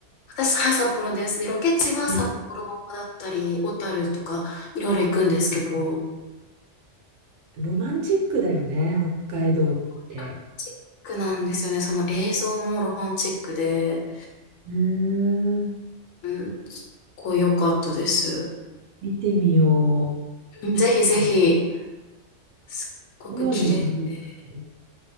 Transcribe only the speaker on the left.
私、はい、札幌です。で、ロケ地は札幌だったり、
小樽とか、いろいろ行くんですけど、ロ
マンチックなんですよね。その映像もロマンチックで、
うん、すっごい良かったです。
うんぜひぜひ、
すっごく綺麗で。